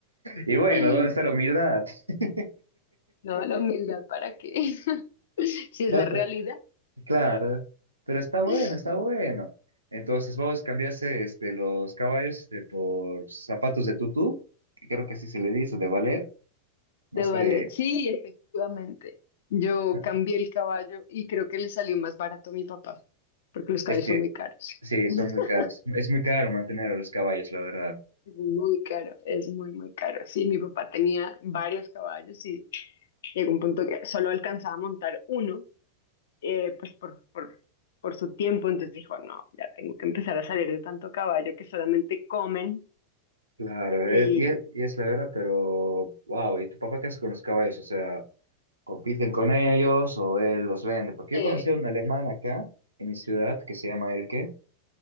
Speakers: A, on the right (about 80°); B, on the left (about 60°).
A: Y bueno,
B: <laughs>
A: ¿dónde está la humildad? <laughs>
B: No, la humildad, ¿para qué? <laughs> Si es
A: No,
B: la realidad.
A: Claro, pero está bueno,
B: <laughs>
A: está bueno. Entonces vos cambiaste este, los caballos este, por zapatos de tutú, que creo que así se le dice, de ballet. No
B: De
A: sé,
B: ballet, sí, efectivamente. Yo
A: no,
B: cambié el caballo y creo que le salió más barato a mi papá, porque los caballos
A: es que
B: son muy caros.
A: sí,
B: <laughs>
A: son muy caros. Es muy caro mantener a los caballos, la verdad.
B: Es muy caro, es muy, muy caro. Sí, mi papá tenía varios caballos y llegó un punto que solo alcanzaba a montar uno, eh, pues por, por, por su tiempo. Entonces dijo, no, ya tengo que empezar a salir de tanto caballo que solamente comen
A: Claro,
B: y...
A: eh, y, es, y es la verdad, pero wow, ¿y tu papá qué hace con los caballos? O sea, ¿compiten con ellos o él los vende? Porque
B: Sí.
A: yo conocí a un alemán acá, en mi ciudad, que se llama Elke